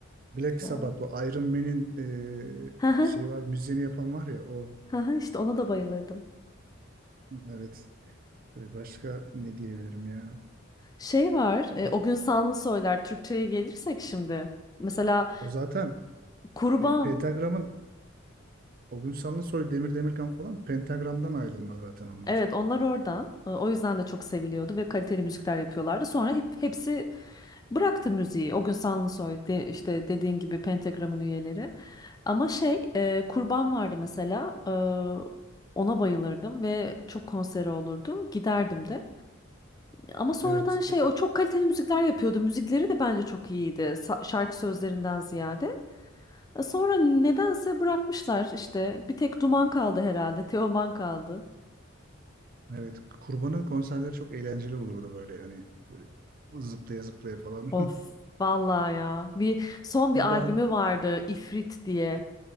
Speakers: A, on the right (about 45°); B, on the left (about 20°).
A: Black Sabbath
B: Ee,
A: o Iron Man'in
B: Ha ha
A: e, şey var müziğini yapan var ya o
B: ha ha, işte ona da bayılırdım.
A: evet E, başka ne diyebilirim ya
B: Şey var. e,
A: A-
B: o gün Sanlı Soylar Türkçe'ye gelirsek şimdi. Mesela
A: o zaten
B: Kurban.
A: e, Pentagram'ın o gün Sanlısoy Demir Demirkan falan Pentagram'dan ayrılma zaten onlar.
B: Evet onlar oradan. E, O yüzden de çok seviliyordu ve kaliteli müzikler yapıyorlardı. Sonra hep, hepsi Bıraktı müziği. O gün Sanlısoy de, işte dediğin gibi Pentagram'ın üyeleri. Ama şey e, Kurban vardı mesela. E, ona bayılırdım ve çok konseri olurdu. Giderdim de. Ama sonradan
A: Evet
B: şey
A: e,
B: o çok kaliteli müzikler yapıyordu. Müzikleri de bence çok iyiydi. sa- şarkı sözlerinden ziyade. E, Sonra nedense bırakmışlar işte. Bir tek Duman kaldı herhalde. Teoman kaldı.
A: evet Kurban'ın konserleri çok eğlenceli olurdu böyle hani böyle zıplaya zıplaya falan.
B: Of. Vallahi ya. Bir son
A: <laughs> Kurban
B: bir albümü vardı İfrit diye.